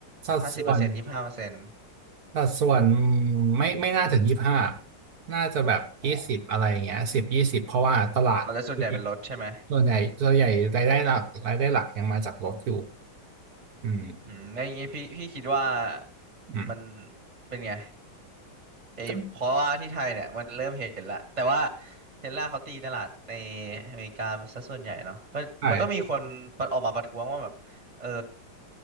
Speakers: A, on the right; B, on the right.
A: สัดส่วน
B: ห้าสิบเปอร์เซ็นต์ยี่สิบห้าเปอร์เซ็นต์
A: สัดส่วนไม่ไม่น่าถึงยี่สิบห้าน่าจะแบบยี่สิบอะไรอย่างเงี้ยสิบยี่สิบเพราะว่าตลาดที่
B: อ๋อเอาแต่ส่วนใหญ่เป็นรถใช่ไหม
A: ส่วนใหญ่ส่วนใหญ่รายได้หลักรายได้หลักยังมาจากรถอยู่อืม
B: อืมในอย่างงี้พี่พี่คิดว่า
A: อืม
B: มันเป็นไงไอเพราะว่าที่ไทยเนี่ยมันเริ่มเห็นละแต่ว่า
A: ก็
B: เทสลาเขาตีตลาดในอเมริกาซะส่วนใหญ่เนาะก็มันก็มีคนประออกมาประท้วงว่าแบบเออ
A: ใช่